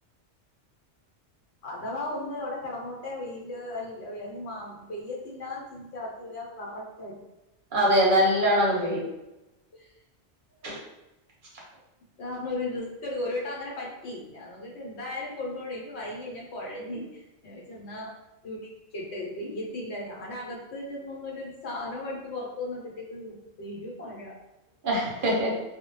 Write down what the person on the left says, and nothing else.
അഥവാ ഒന്ന് അവിടെ കിടന്നോട്ടെ വെയ്ൽ അൽ അങ്ങ് മാ പെയ്യത്തില്ലാന്ന് ചിന്തിച്ച അകത്തേറിയ കറക്......
<unintelligible>
കാരണം ഒരു റിസ്കെടുക്കു ഒരു ക്ക് അങ്ങനെ പറ്റി ഞാ നോക്കീട്ട് എന്തായാലും കൊണ്ടോണനിക്ക് വയ്യ ഞാൻ കൊഴഞ്..... നിങ്ങട്ട് ചെന്നാ നിക്കട്ടെ പെയ്യത്തില്ല ഞാൻ അകത്ത് ചെന്നൊന്നരു സാധനം എടുത്ത് പുറത്തവന്നപ്പോത്തേക്ക്..... വീട് മഴ......